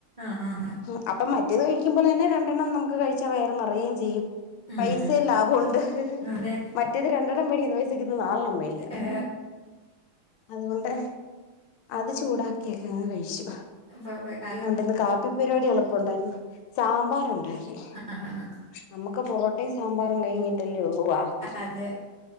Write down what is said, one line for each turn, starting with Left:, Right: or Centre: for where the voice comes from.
Right: ആഹ് ഹാ ഹാ.
Left: ഉം അപ്പം മറ്റേത് കഴിക്കുമ്പോലെന്നെ രണ്ടെണ്ണം നമുക്ക്‌ കഴിച്ചാ വയറ് നെറയേം ചെയ്യും.
Right: ഉം
Left: പൈസയും ലാഭുണ്ട്
Right: അതെ
Left: മറ്റേത് രണ്ടെണ്ണം മേടിക്കുന്ന പൈസക്കിത് നാലെണ്ണം മേടി ക്കാം.
Right: ഏ,
Left: അതുകൊണ്ട് അത് ചൂടാക്കിയൊക്കെ അങ്ങ് കഴിച്ചു.
Right: അപ്പൊ വെക്കായോ?
Left: ഉണ്ടിന്ന് കാപ്പി പരിപാടി എളുപ്പം ഉണ്ടായിരുന്നു സാമ്പാർ ഉണ്ടാക്കി.
Right: ആഹ് ആഹ് ആഹ്.
Left: നമ്മുക്ക് പൊറോട്ടയും സാമ്പാറും കഴിഞ്ഞിട്ടല്ലേള്ളു വാക്കി.
Right: അതെ